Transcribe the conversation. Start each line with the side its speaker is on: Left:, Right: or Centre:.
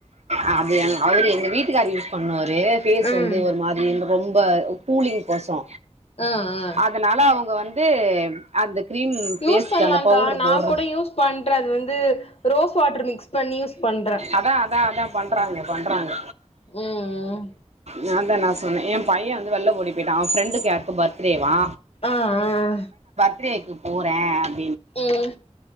Right: அ அத எ அவுரு எங்க வீட்டுக்காரு யூஸ் பண்ணுவா ரு ஃபேஸ்
Left: ம்
Right: வந்து ஒரு மாரி ரொம்ப கூலிங் கொசோ
Left: ஆ ஆ
Right: அ வுங்க வந்து அந்த கிரீம் ஃபேஸ்க்கு
Left: யூஸ் பண்லாக்கா
Right: அந்த பவுட்ரு
Left: நா
Right: போடுற
Left: கூட யூஸ் பண்றே அது வந்து ரோஸ் வாட்ரு மிக்ஸ் பண்ணி யூஸ் பண்றே
Right: அதா அதா அதா பண்றாங்க பண்றாங்க
Left: ம் ம்
Right: நா தா நா சொன்னே எ பைய வந்து வெள்ல ஓடி போயிட்டா அவெ ஃப்ரெண்டுக்கு யார்க்கோ பர்த்து டேவா
Left: ஆ ஆ
Right: த்டேக்கு போறேன்
Left: ம்